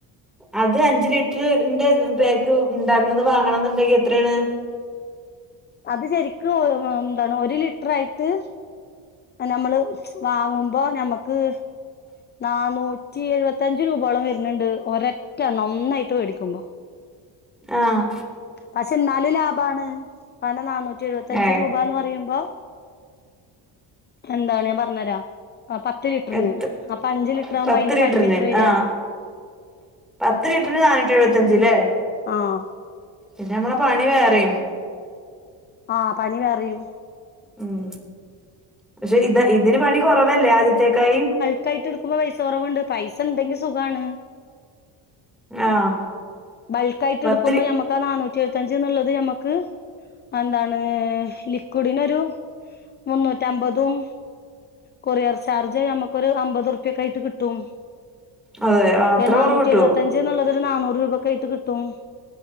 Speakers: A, in the centre; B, on the left.
A: അത് അഞ്ച് ലിറ്ററർ ന്റെ പാക്ക് ഇണ്ടാക്ക്ണത് വാങ്ങണന്ന്ണ്ടെങ്കി എത്രേണ്?
B: അത് ശെരിക്കും എഹ് എന്താണ് ഒര് ലിറ്ററായിട്ട് നമ്മള് വാങ്ങുമ്പോ നമ്മക്ക് നാനൂറ്റി എഴുപത്തഞ്ച് രൂപോളം വെര്ന്ന്ണ്ട് ഒരെറ്റെണം ഒന്നായിട്ട് വേടിക്കുമ്പോ
A: ആഹ്
B: പക്ഷെ ന്നാലും ലാഭാണ് കാരണം നന്നൂറ്റി എഴുപത്തഞ്ച്
A: ആഹ്
B: രൂപന്ന് പറയുമ്പോ എന്താണ് ഞാം പർഞ്ഞരാ ആഹ് പത്ത് ലിറ്റർന്ന്
A: എത്ത്
B: അപ്പൊ അഞ്ച് ലിറ്ററാവുമ്പോ
A: പത്ത്
B: അയ്ന്റെ
A: ലിറ്ററിന്
B: പകുതി എത്ര വെരാ?
A: ആഹ് പത്ത് ലിറ്റർ ന് നാനൂറ്റി എഴുപത്തഞ്ച്ല്ലേ
B: ആഹ്
A: പിന്നെ അമ്മള പണി വേറിം
B: ആഹ് പണി വേറിം
A: ഉം പക്ഷെ ഇത ഇതിന് പണി കൊറവല്ലേ ആദ്യത്തേക്കായിം
B: ക്കായിട്ട്ട്ക്കുമ്പോ പൈസ കൊറവ്ണ്ട് പൈസണ്ടെങ്കി സുഖാണ്.
A: ആഹ്
B: ബൾക്കായിട്ട്ട്ക്കുമ്പോ
A: പത്തിരി
B: നമ ക്കാ നാന്നൂറ്റി എഴുത്തഞ്ച്ന്ന്ള്ളത് ഞമ്മക്ക് എന്താണ് ലിക്വിഡിനൊരു മുന്നൂറ്റമ്പതും കൊറിയർ ചാർജ് അമ്മക്കൊര് അമ്പതുർപ്യക്കായിട്ട് കിട്ടും
A: അതെ അത്ര
B: എഹ് നാനൂറ്റി
A: കുറവ് കിട്ടുവോ
B: എഴുപത്തഞ്ച്ന്ന്ള്ളതൊര് നാന്നൂറ് രൂപക്കായിട്ട് കിട്ടും.